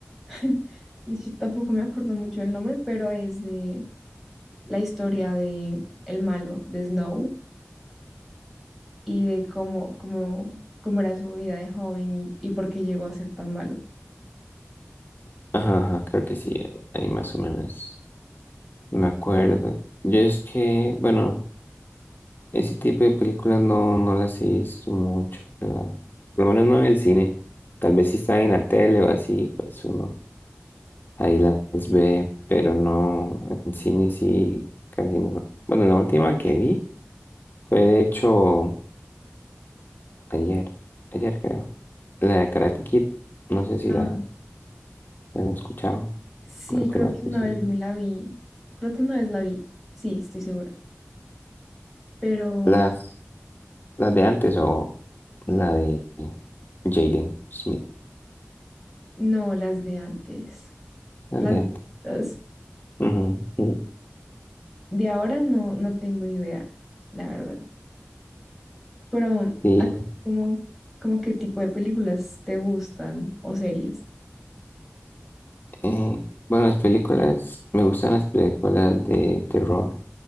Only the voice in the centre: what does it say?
<laughs> de hecho tampoco me acuerdo mucho el nombre, pero es de la historia de el malo de Snow. y de cómo, cómo, cómo era su vida de joven y, y por qué llegó a ser tan malo.
Ah,
Sí,
creo que
una
vez me la vi. Creo que una vez la vi. Sí, estoy segura. Pero
no las de antes.
Las
viejitas.
de ahora no, no tengo idea, la verdad. Pero,
¿a ti cómo, cómo qué tipo de películas te gustan o series?